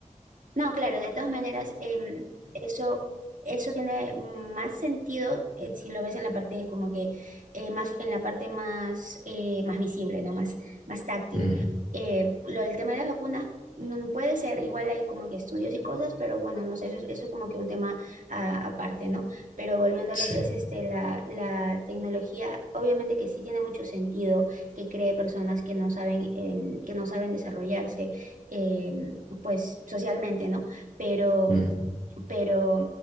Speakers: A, on the right; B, on the left.
A: No, claro, de todas maneras, em, eso, eso tiene más sentido eh, si lo ves en la parte como que eh, más, en la parte más, eh, más visible, ¿no? Más, más táctil.
B: Mm,
A: Eh, lo del tema de las vacunas no puede ser, igual hay como que estudios y cosas, pero bueno, no sé, eso, es- eso es como que un tema a- aparte, ¿no? Pero volviendo
B: sí.
A: a lo que es este, la, la tecnología, obviamente que sí tiene mucho sentido que cree personas que no saben, em, que no saben desarrollarse em, pues socialmente, ¿no? Pero,
B: mm.
A: pero